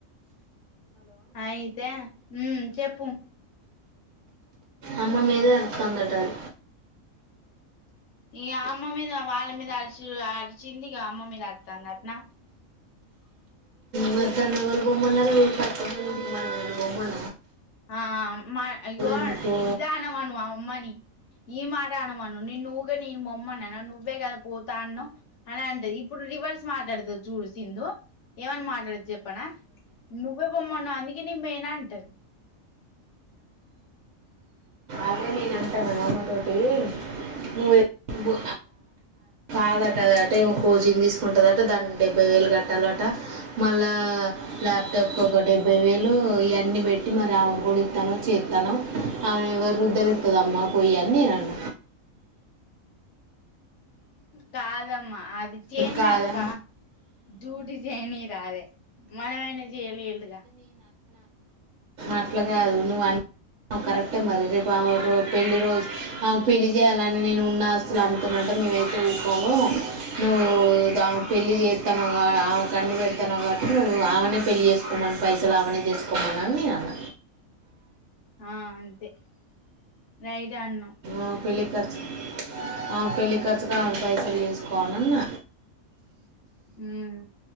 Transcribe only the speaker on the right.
అమ్మ మీద అతంతటారు
మదా నవల్భా భోమన్నారు మ అనుభా మన
ఎందుకు
అే నేను అంటాను మామ తటి నువ కాదట అటే కోచింగ్ తీసుకుంటుందట దానికి డెబ్బై వేలు కట్టాలట మళ్ళా ల్యాప్టాప్కి ఒక డెబ్బై వేలు ఇవన్నీ పెట్టి మరి అ గునిత్తాను చేత్తాను అవి ఎవరు ఇద్దరుతుదమ్మా పోయి ఎన్ని నన్న
కాదా
అట్లాగదు నువ్వు అన్న కరెక్టే మరి రేపు ఆ పెళ్ళి రోజు ఆమె పెళ్ళి చేయాలని నేను ఉన్న అస్తులు అమ్ముతున్నంటే మేవైతే ఊకోముో నువ్వు పెళ్ళి చేస్తాన ఆమె కన్న పెడతాను కాబటి నువ్వు ఆమెనే పెళ్ళి చేస్తా సుకోమని పైసలులావని చేసుకోమను అని నే అన్న
ఆ పెళ్ళి ఖర్చ్ ఆ ఖర్చు పెళ్ళి ఖర్చుగా పైసలు వేసుకోనున్న